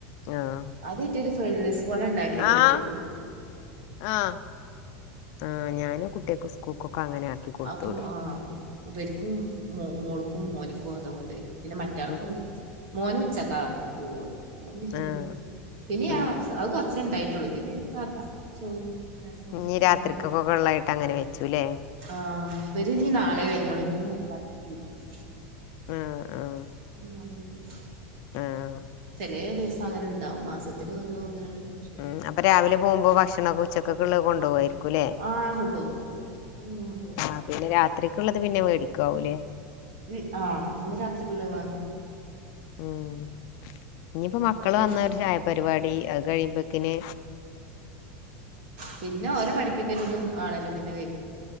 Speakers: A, on the left; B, on the right.
A: ആഹ്
B: അതയ്റ്റ് ഒരു ഫ്രൈഡ് റൈസ് പോലെ ണ്ടാക്കി കൊട്ത്തു.
A: ആഹ് ആഹ് ആഹ് ഞാനും കുട്ട്യേക്ക് സ്കൂക്കൊക്കെ അങ്ങനെ ആക്കി കൊടുത്തു
B: അപ്പൊ
A: വിടും.
B: ആ ബര്ക്കും മോള്ക്കും മോനിക്കും അതാ കൊണ്ടേയെ പിന്നെ മറ്റാള്
A: ഉം
B: മോന് ഉച്ചാക്ക പോവൊള്ളൂ. ഓൻ പിന്നെ ചോറ്ന്ന്
A: ആഹ്
B: പിന്നെ
A: ഉം
B: ഞാ അത് കൊർച്ചെ ഇണ്ടായ്ട്ടുള്ളു പിന്നെ സാധാ ചോറും രസം
A: ഇഞ്ഞ് രാത്രിക്കൊക്ക
B: ചരങ്ങും
A: കൊള്ളായിട്ട് അങ്ങനെ വെച്ചുല്ലേ?
B: ആഹ് ഇവര് ഞ്ഞ് നാളെ
A: ഉം
B: വര്ന്നുള്ളു. ഇന്ന് രാത്രി ഡ്യൂട്ടിണ്ട്
A: ആഹ് ആഹ്
B: <inaudible>
A: ആഹ്
B: ചെലേ ദിവസം അങ്ങനെ ണ്ടാവും മാസത്തില് ഒരു ഒന്ന് രണ്ട് പ്രാവശ്യം
A: ഉം അപ്പൊ രാവിലെ പോമ്പോ ഭക്ഷണൊക്ക ഉച്ചക്കക്ക്ള്ള കൊണ്ടോവായ്രി ക്കുലേ
B: ആഹ് കൊണ്ടോവും അത് ഇന്നും കൊണ്ടോവും
A: ആ പിന്നെ രാത്രിക്ക്ള്ളത് പിന്നെ മേടിക്കാവൂലേ?
B: വ് ആഹ് ഇന്ന് രാത്രികുള്ള വാങ്ങും.
A: ഉം ഇനിയിപ്പോ മക്കള്
B: ഹോട്ടൽ
A: വന്ന ഒരു ചായപരിപാടി കഴിയുമ്പക്കിന്
B: പിന്നെ ഓര പഠിപ്പിക്കൽ ഇത ആണല്ലോ പിന്നെ വ